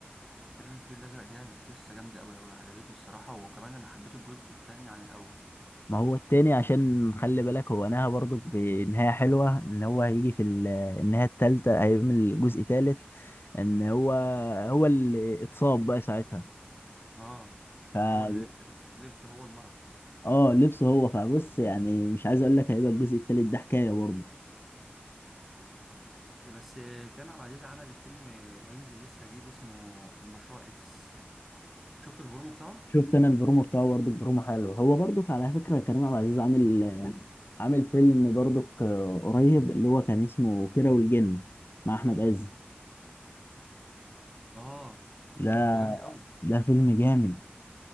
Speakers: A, in the centre; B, on the left (about 65°).
A: فيلم الفيل الأزرق جامد قصة جامدة أوي أوي عجبتني الصراحة وكمان أنا حبيت الجزء التاني عن الأول
B: ما هو التاني عشان خلي بالك هو نهى برضك بنهاية حلوة إن هو هيجي في ال- النهاية التالتة هيعمل جزء تالت إن هو هو اللي اتصاب بقى ساعتها
A: أه
B: ف آه
A: هو اللي- اللبس هو المرض
B: آه، لبسه هو فبص يعني مش عايز أقول لك هيبقى الجزء التالت ده حكاية برضه
A: ده بس كريم عبد العزيز عمل فيلم هينزل لسه جديد اسمه مشروع اكس شفت البرومو بتاعه
B: شفت انا البرومو بتاعه برضه البرومو حلو هو برضه على فكره كريم عبد العزيز عامل عامل فيلم برضه قريب اللي هو كان اسمه كيرة والجن مع احمد عز
A: اه
B: ده
A: ده شفته جامد قوي
B: ده فيلم جامد